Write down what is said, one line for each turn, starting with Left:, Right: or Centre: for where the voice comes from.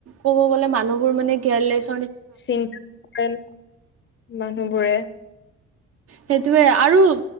Right: ক'ব গ'লে মানুহবোৰ মানে কেয়াৰলেছ
Left: চিন তেন মানুহবোৰে
Right: সেইটোয়ে আৰু